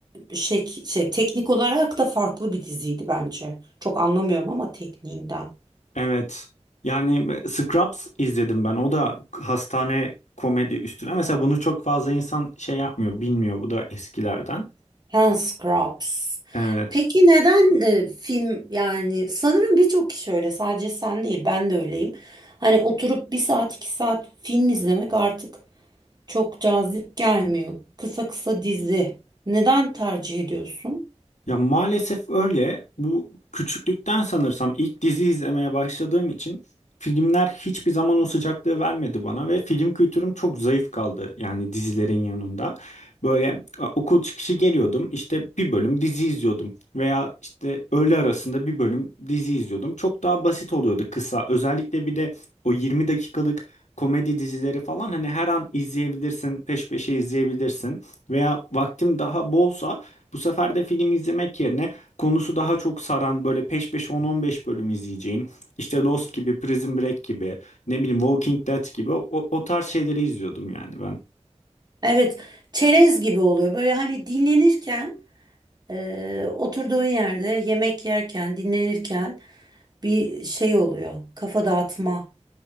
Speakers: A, on the right (about 35°); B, on the left (about 85°).
A: şey, şey teknik olarak da farklı bir diziydi bence. Çok anlamıyorum ama tekniğinden.
B: Evet. Yani Scrubs izledim ben. O da hastane komedi üstüne. Mesela bunu çok fazla insan şey yapmıyor, bilmiyor. Bu da eskilerden.
A: Hans Kraps.
B: Evet.
A: Peki neden e, film yani sanırım birçok kişi öyle sadece sen değil ben de öyleyim. Hani oturup bir saat iki saat film izlemek artık çok cazip gelmiyor. Kısa kısa dizi. Neden tercih ediyorsun?
B: Ya maalesef öyle. Bu küçüklükten sanırsam ilk dizi izlemeye başladığım için filmler hiçbir zaman o sıcaklığı vermedi bana ve film kültürüm çok zayıf kaldı yani dizilerin yanında. Böyle e, okul çıkışı geliyordum işte bir bölüm dizi izliyordum veya işte öğle arasında bir bölüm dizi izliyordum. Çok daha basit oluyordu kısa. Özellikle bir de o 20 dakikalık komedi dizileri falan hani her an izleyebilirsin, peş peşe izleyebilirsin veya vaktim daha bolsa bu sefer de film izlemek yerine konusu daha çok saran böyle peş peşe 10-15 bölüm izleyeceğin işte Lost gibi, Prison Break gibi, ne bileyim Walking Dead gibi o, o tarz şeyleri izliyordum yani ben.
A: Evet çerez gibi oluyor böyle hani dinlenirken e, oturduğun yerde yemek yerken dinlenirken bir şey oluyor kafa dağıtma.